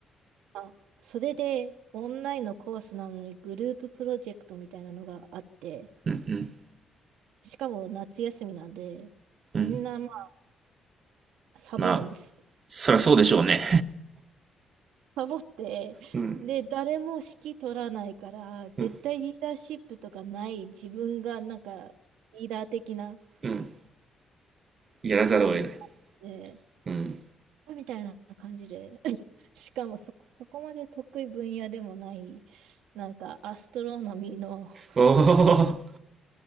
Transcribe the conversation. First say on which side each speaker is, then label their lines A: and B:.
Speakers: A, on the right (about 75°); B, on the right (about 45°).
A: まあ、それでオンラインのコースなのにグループプロジェクトみたいなのがあって、
B: うん、
A: しかも夏休みなんで、
B: うん。
A: みんなまあ、サボるんです。
B: まあ、そりゃそうでしょうね。
A: サボって、
B: うん、
A: で、誰も指揮取らないから、絶対リーダーシップとかない自分がなんかリーダー的な
B: うん、うん。やらざるを得ない。
A: 感じで、
B: うん。
A: みたいな感じで、<laughs> しかもそこ、そこまで得意分野でもない、なんかアストロノミーの <laughs>
B: おお、